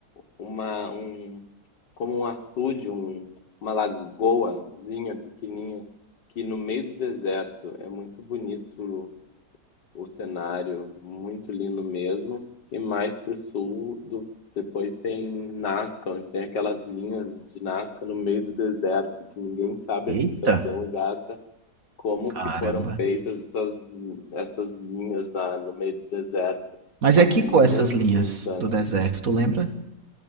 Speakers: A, on the left; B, on the right.
A: uma um como um açude, um, uma lagoazinha pequenininha que no meio do deserto é muito bonito o cenário, muito lindo mesmo. E mais para o sul, do, depois tem Nazca, onde tem aquelas linhas de Nazca no meio do deserto que ninguém sabe
B: Eita,
A: a explicação exata como
B: caramba.
A: que foram feitas essas, essas linhas na, no meio do deserto
B: Mas
A: há
B: é
A: muitos,
B: que com essas linhas
A: muitos anos.
B: do deserto, tu lembra?